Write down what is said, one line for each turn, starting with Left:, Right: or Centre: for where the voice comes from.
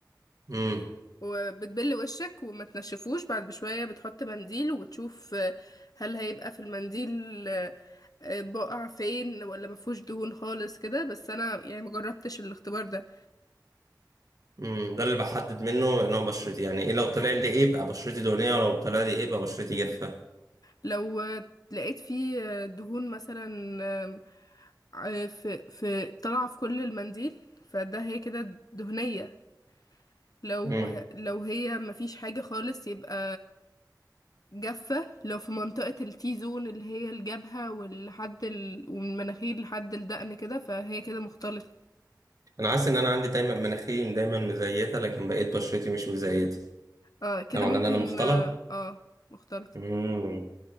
Right: النت
Left: وبتبل وشك وما تنشفوش بعد بشوية بتحط منديل وبتشوف آه، هل هيبقى في المنديل آه، آه، بقع فين ولا مفهوش دهون خالص كده بس انا يعني مجربتش الاختبار ده
Right: امم ده اللي بحدد منه نوع بشرتي يعني ايه لو طلع لي ايه يبقى بشرتي دهنيه ولو طلع لي ايه يبقى بشرتي جافه
Left: لو آه، لقيت فيه آه، دهون مثلا آم، آه، في في طالعة في كل المنديل فده هي كده دهنية لو
Right: امم
Left: لو هي مفيش حاجة خالص يبقى جافة لو في منطقة التي زون اللي هي الجبهة والحد ال... ومن المناخير لحد الدقن كده فهي كده مختلطة
Right: انا حاسس ان انا عندي دايما مناخيري دايما مزيته لكن بقيت بشرتي مش مزيته
Left: اه كده
Right: ده معناه
Left: ممكن
Right: ان انا مختلط
Left: اه, آه مختلطة
Right: امم